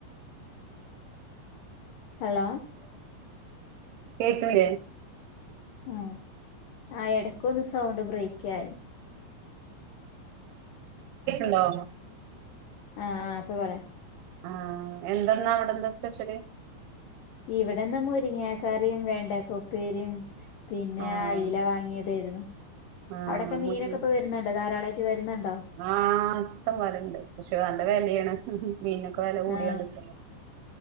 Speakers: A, on the left; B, on the right.
A: ഹലോ
B: കേക്ക്ണില്ലേ
A: ആ ആ ഇടക്കൊന്ന് സൗണ്ട് ബ്രയിക്കായി
B: കേക്ക്ണ്ടോ
A: ആഹ് ആ ഇപ്പൊ പറ
B: ആ എന്തെന്നാ അവിടെന്താ സ്പെഷ്യല്
A: ഇവിടെന്ന് മുരിങ്ങക്കറിയും വേണ്ടക്കപ്പേരിം പിന്നെ
B: ആഹ്
A: അയ്ല വാങ്ങിയതേര്ന്നു
B: ആഹ്
A: അവിടെക്കെ മീനൊക്കെ
B: മുരി
A: ഇപ്പ വരുന്നുണ്ടോ ധാരാളായിട്ട് വരുന്നുണ്ടോ
B: ആഹ് ഇഷ്ടംപോലെണ്ട് പക്ഷേ നല്ല വെലേണ് മീനൊക്കെ വെല കൂടിയാണ്ട്ക്കാണ്
A: ആ